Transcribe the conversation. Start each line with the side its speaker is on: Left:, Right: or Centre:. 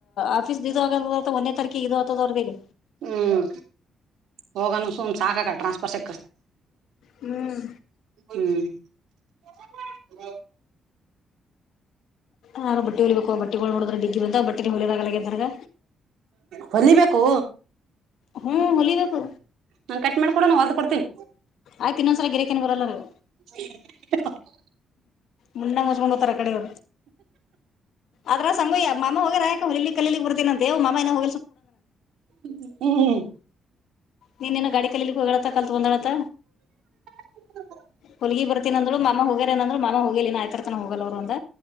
Left: ಆಫೀಸ್ ಇದ ಆಗದ ಒಂದೇ ತಾರೀಕಿಗೆ ಇದ ಆಗ್ತದ ಅವ್ರದ ಇಗ
Right: ಹ್ಮ್ ಹೋಗಾನ ಸುಮ್ ಸಾಕಾಗ ಟ್ರಾನ್ಸ್ಫರ್ ಸೆ
Left: ಹ್ಮ್
Right: ಹ್ಮ ಹ್ಮ
Left: ಯಾರು ಬಟ್ಟೆ ಹೊಲಿಬೇಕು ಬಟ್ಟಿಗಳು ನೋಡೋ್ರ ಡಿಗ್ಗಿ ಬಂತ ಬಟ್ಟೆ ಹೊಲಿಯದಾಗಲ ನನಗ
Right: ಹೊಲಿಬೇಕು
Left: ಹ್ಮ ಹೋಲಿಬೇಕು
Right: ನಾ ಕಟ್ ಮಾಡಕೊಡ ನಾನು ಹೊಲಿದುಕೊಡ್ತೀವಿ
Left: ಆಯ್ ಇನ್ನೊಂದ್ಸ ಗಿರಿಕೇ ಬರಲ್ಲರು
Right: ಹ
Left: ಮುಂಡಂಗ ಮುಚ್ಕೊಂಡ್ ಹೋಗ್ತಾರ ಕಡೆರು ಅದ್ರ ಸಂಯ ಮಾಮ ಹೋಗಾರ ಲ್ಲಿ ಕಲ್ಲಿ ಬರ್ತಿನಂತೆ ಮಾಮ ಹ
Right: ಹ್ಮ್
Left: ನೀನ್ನ ಗಾಡ ಕಲ್ಲಿ ಇಕ್ಕೆ ಹೋಗಡತ ಕಲ್ತ್ ಬಂದಾಡತ
Right: ಹ
Left: ಪುಲ್ಗಿ ಬರ್ತೀನ ಅಂದ್ರು ಮಾಮ ಹೋಗ್ಯಾರ ಅಂದ್ರು ಮಾಮ ಹೋಗಿಲಿ ನಾ್ತರ ತನ ಹೋಗಲ್ ಅವರುಂದ